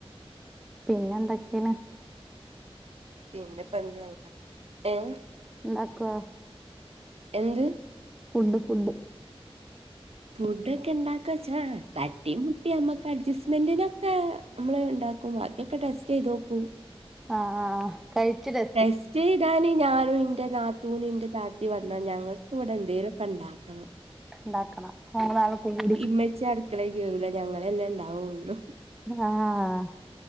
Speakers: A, in the centre; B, on the right.
A: പിന്നെന്തെക്കെണ്.
B: പിന്നെപ്പെന്ത്‌ അങ്ങനെ ഏഹ്
A: ന്താക്കുവാ
B: എന്ത്
A: ഫുഡ് ഫുഡ്
B: ഫുഡ ഒക്കെ ഇണ്ടാക്കച്ചാ തട്ടിമുട്ടി നമ്മക്ക് അഡ്ജസ്റ്റ്മെന്റിലൊക്കെ നമ്മള് ണ്ടാകും വാക്കിഒക്കെ ടെസ്റ്റ്യ്തോക്കും.
A: ആഹ് ആഹ് ആഹ് കഴിച്ച് തെ
B: ടെസ്റ്റെയ്ത് ഞാന് ഞാനും ഇന്റെ നാത്തൂനും ഇന്റെ താത്തി വന്നാ ഞങ്ങൾക്ക് ഇവിടെ എന്തേലൊക്കെ ഇണ്ടാക്കണം.
A: ഉണ്ടാക്കണം മൂന്നാളുംകൂടി
B: മ്മച്ചി അട് ക്കളേ കേറൂല്ല ഞങ്ങളെന്നെണ്ടാവൊള്ളൂ
A: ആഹ്